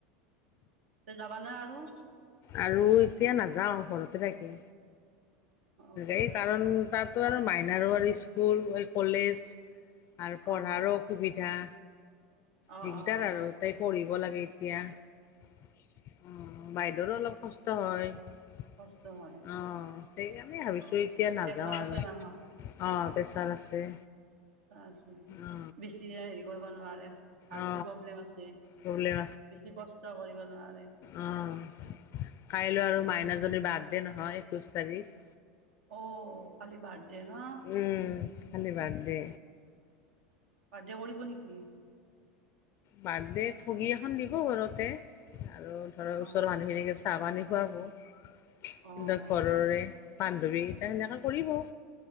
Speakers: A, on the right; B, on the left.
A: তই যাবা না আৰু?
B: আৰু এতিয়া নাযাওঁ ঘৰতে থাকিম,
A: অ ঘৰতে
B: এই কাৰণ
A: থাকিবা
B: তাত তো আৰু মাইনাৰো আৰু স্কুল কলেজ আৰু পঢ়াৰো
A: অ
B: অসুবিধা।
A: অ
B: দিগদাৰ
A: অ অ
B: আৰু তাই পঢ়িব লাগে এতিয়া।
A: দিয়া
B: অ বাইদেউৰো অলপ কষ্ট হয়। অঁ
A: কষ্ট হয়
B: সেইকাৰণেই ভাবিছো
A: অ
B: এতিয়া নাযাওঁ
A: প্ৰেছাৰ
B: আৰু।
A: আছে
B: অঁ
A: নহয়
B: পেছাৰ আছে।
A: আছে
B: অ
A: বেছি হেৰি কৰিব নোৱাৰে। হাৰ্টো
B: অ
A: প্ৰব্লেম আছে বেছি
B: প্ৰব্লেম
A: কষ্ট কৰিব নোৱাৰে।
B: অঁ কাইলৈ আৰু মাইনাজনীৰ বাৰ্থডে নহয়, একৈশ তাৰিখ।
A: অ কালি বাৰ্থডে ন।
B: উম কালি বাৰ্থডে।
A: বাৰ্থডে কৰিব নেকি?
B: বাৰ্থডে ঠগী এখন দিব ঘৰতে আৰু ধৰ
A: অ
B: ওচৰৰ মানুহখিনিকে চাহ-পানী খুৱাব
A: অ অ
B: ঘৰৰে বান্ধৱীকেইটা সেনেকা কৰিব।